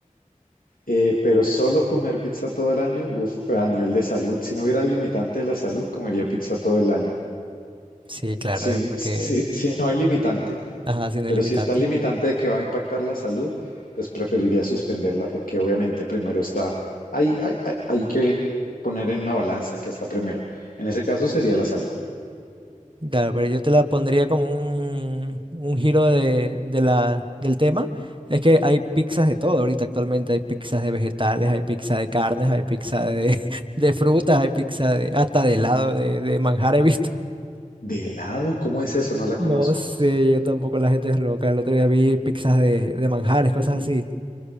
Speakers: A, on the left; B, on the right.
A: Eh, pero solo comer pizza todo el año, uf, a nivel de salud, si no hubiera el limitante de la salud, comería pizza todo el año.
B: Sí, claro,
A: Sin,
B: eh, porque...
A: si, si no hay limitante,
B: Ajá, siendo
A: pero
B: limitante.
A: si está el limitante de que va a impactar la salud, pues preferiría suspenderla porque obviamente primero está, hay, hay, hay, hay que poner en una balanza que está primero. En ese caso sería la salud.
B: Claro, pero yo te la pondría como un, un giro de, de la, del tema. Es que hay pizzas de todo ahorita actualmente. Hay pizzas de vegetales, hay pizza de carnes, hay pizza de, <laughs> de frutas, hay pizza de, hasta de helado, de, de manjar he visto. <laughs>
A: ¿De helado? ¿Cómo es eso? No la
B: No
A: conozco.
B: sé, yo tampoco, la gente es loca. El otro día vi pizzas de, de manjares, cosas
A: Mm.
B: así.